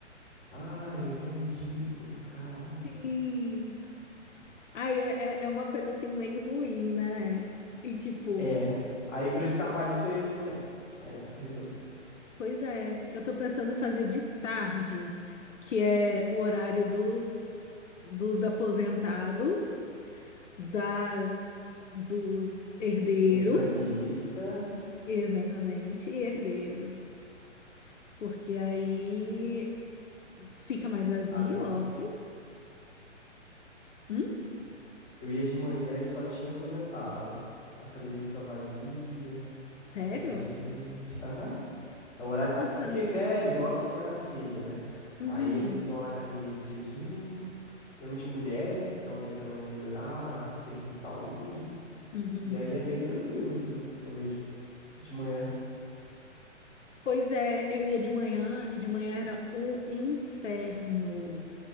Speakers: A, on the left; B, on the left.
A: Ai, é tão ridículo, cara.
B: Sim. Ai, é, é é uma coisa assim meio ruim, né? E tipo,
A: É. Aí pra eu escapar disso eu ia de manhã. Aí tava resolvido.
B: pois é, eu tô pensando em fazer de tarde, que é o horário dos, dos aposentados. das dos herdeiros,
A: Pensionistas.
B: exatamente, e herdeiros, porque aí fica mais vazio,
A: Nada, hein?
B: óbvio. Hum?
A: Eu ia de manhã e só tinha aposentado. A academia fica vazia,
B: Sério?
A: não tem muita gente. Aham. É o horário.
B: Nossa.
A: É porque velho gosta de acordar cedo, né?
B: Uhum.
A: Aí eles vão na academia de cedinho. Geralmente mulheres que estão tentando melhorar a questão de saúde.
B: Uhum.
A: E aí é bem tranquilo, assim, quando eu ia de, de manhã.
B: Pois é, eu ia de manhã e de manhã era um inferno.